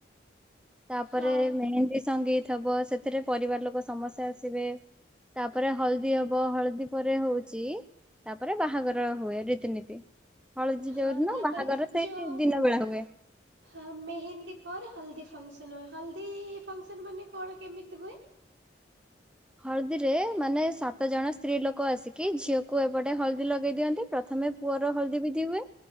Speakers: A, in the centre; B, on the right.
A: ତାପରେ
B: ହଁ
A: ମେହେନ୍ଦୀ ସଙ୍ଗୀତ୍ ହବ ସେଥିରେ ପରିବାରଲୋକ ସମସ୍ତେ ଆସିବେ। ତାପରେ ହଳଦୀ ହବ ହଳଦୀ ପରେ ହଉଛି ତାପରେ ବାହାଘର ହୁଏ ରୀତିନୀତି ହଳଦୀ ଯୋଉଦିନ
B: ହଁ ତାପରେ
A: ବାହାଘର ସେଇ
B: ଯୋଉ
A: ଦିନ ବେଳା ହୁଏ।
B: ହଁ ମେହେନ୍ଦୀ ପରେ ହଳଦୀ ଫଙ୍କସନ ହୁଏ। ହଳଦୀ ଫଙ୍କସନ ମାନେ କଣ କେମିତି ହୁଏ?
A: ହଳଦୀରେ ମାନେ ସାତ ଜଣ ସ୍ତ୍ରୀ ଲୋକ ଆସିକି ଝିଅକୁ ଏପଟେ ହଳଦୀ ଲଗେଇ ଦିଅନ୍ତି ପ୍ରଥମେ ପୁଅର ହଳଦୀ ବିଧି ହୁଏ।